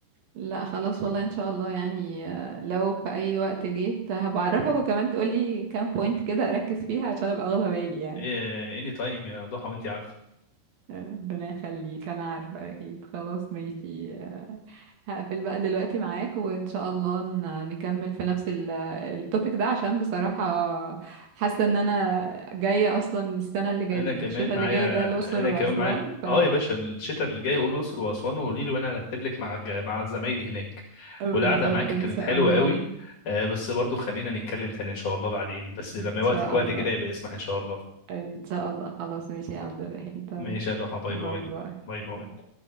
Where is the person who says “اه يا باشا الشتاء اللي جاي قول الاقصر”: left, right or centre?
Left